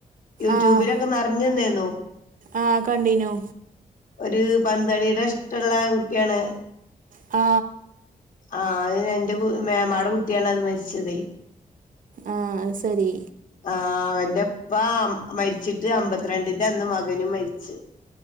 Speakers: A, on the left (about 60°); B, on the right (about 65°).
A: യൂട്യൂബിലൊക്കെ
B: ആഹ്
A: നെർഞ്ഞ് നേന്നോ
B: ആഹ് കണ്ടീനു
A: ഒര് പന്തളിടെ ഇഷ്ടള്ള കു ട്ട്യാണ്
B: ആ
A: ആ അഅ് എൻ്റെ മേമാടെ കുട്ട്യാണ് അത് മരിച്ചത്
B: ആഹ് അത് ശരി
A: ആ അവന്റെ ഇപ്പ മരിച്ചിട്ട് അമ്പത്തിരണ്ടിന്റന്ന് മകനും മരിച്ചു